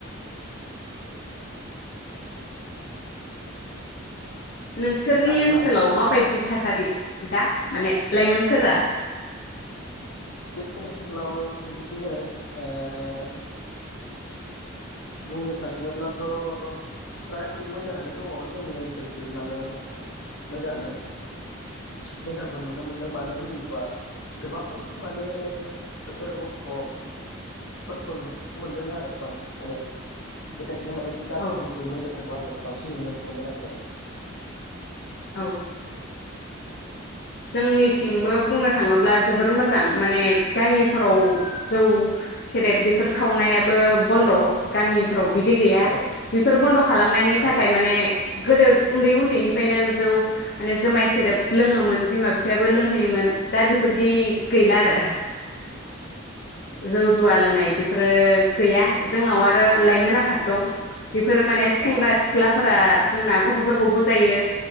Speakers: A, on the left (about 50°); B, on the left (about 75°).
A: नोंसोरनि
B: आरो
A: ओनसोलाव
B: मा
A: माबायदि थासारि? दा माने लाइमोन फोरा
B: <inaudible> जोंनि ओनसोलाव बिदिनो ओ बुंनो थाङोब्लाथ' फ्राय मोजाङानो दङ जोंनि ओनसोलखि माने मोजाङानो मोजांखौ नुनो मोनदों मानो होनोबा गोबां माने गोरों गथ'फोरखौ नुनो मोनदों आरो बांसि नो बेखाय माने गाज्रिनिख्रुइ
A: औ
B: मोजांखौ आङो बांसिन नुनो मोनदों आरो
A: औ जोंनिथिंबो बुंनो थाङोब्ला जोबोर मोजां माने गामिफोराव जौ सेरेब बेफोर सावनायाबो बन्द । गामि फोराव बिदि गैया
B: औ
A: बेफोर बन्द खालामनायनि
B: औ
A: थाखाय माने गोदो उन्दै उन्दै निफायनो जौ माने जोमाय सेरेब लोङोमोन बिमा बिफायाबो लोंहोयोमोन दा बेफोरदि गैला आरो जौ जुवा लोंनाय बेफोरो गैया जोंनाव आरो लाइमोन आफाद दं बेफोरो माने
B: औ
A: सेंग्रा सिख्लाफोरा जोंना गथ'फोरखौ बुजायो